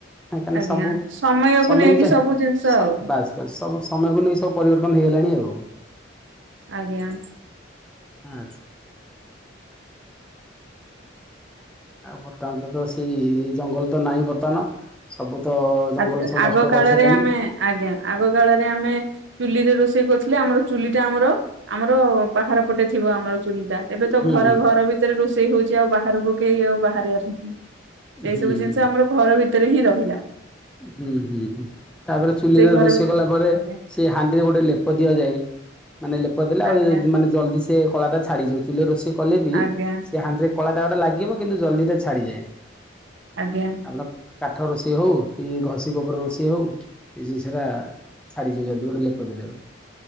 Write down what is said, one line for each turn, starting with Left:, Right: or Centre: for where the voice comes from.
Centre: ହଁ ତାହେଲେ
Right: ଆଜ୍ଞା
Centre: ସବୁ ସମୟକୁ
Right: ନେଇକି
Centre: ଚାହିଁ
Right: ସବୁ ଜିନିଷ
Centre: ସ
Right: ଆଉ
Centre: ବାସ। ସେ ସବୁ ସମୟକୁ ନେଇ ସବୁ ପରିବର୍ତ୍ତନ ହେଇଗଲାଣି ଆଉ।
Right: ଆଜ୍ଞା।
Centre: ଆଚ୍ଛା। ଆଉ ବର୍ତ୍ତମାନ ତ ତ ସେଇ ଜଙ୍ଗଲ ତ ନାହିଁ ବର୍ତ୍ତମାନ। ସବୁ ତ ଜଙ୍ଗଲ
Right: ଆଜି
Centre: ସବୁ
Right: ଆଗ
Centre: ନଷ୍ଟ
Right: କାଳରେ
Centre: କରିସାରିଲେଣି।
Right: ଆମେ ଆଜ୍ଞା ଆଗ କାଳରେ ଆମେ ଚୁଲି ରେ ରୋଷେଇ କରୁଥିଲେ ଆମର ଚୁଲି ଟା ଆମର ଆମର ବାହାର ପଟେ ଥିବ ଆମର ଚୁଲି ଟା। ଏବେ ତ
Centre: ହୁଁ
Right: ଘର ଘର ଭିତରେ ରୋଷେଇ ହଉଛି ଆଉ ବାହାରକୁ କେହି ଆଉ ବାହାରି ଆସୁ। <unintelligible> ସେ
Centre: ହୁଁ।
Right: ସବୁ ଜିନିଷ ଆମର ଘର ଭିତରେ ହିଁ ରହିଲା।
Centre: ହୁଁ ହୁଁ ତାପରେ ଚୁଲିରେ
Right: ଘର
Centre: ରୋଷେଇ
Right: ଭିତରେ
Centre: କଲା ପରେ
Right: ଆଜ୍ଞା
Centre: <unintelligible> ହାଣ୍ଡିରେ ଗୋଟେ ଲେପ ଦିଆଯାଏ ମାନେ ଲେପ ଦେଲେ ଆଉ
Right: ଆଜ୍ଞା
Centre: ମାନେ ଜଲ୍ଦି ସେ କଳାଟା ଛାଡ଼ିଯିବ। ଚୁଲିରେ ରୋଷେଇ କଲେ ବି
Right: ଆଜ୍ଞା
Centre: ସେ ହାଣ୍ଡିରେ କଳାଟା ଗୋଟେ ଲାଗିବ କିନ୍ତୁ ଜଲ୍ଦି ହେଟା ଛାଡ଼ିଯାଏ।
Right: ଆଜ୍ଞା।
Centre: ଆପଣ କାଠ ରୋଷେଇ ହଉ କି ଘଷି ଗୋବର ରୋଷେଇ ହଉ ଏଇ ଜିନିଷ ଟା ଛାଡ଼ି ଯିବ ଯଦି ଗୋଟେ ଲେପ ଦେଲେ।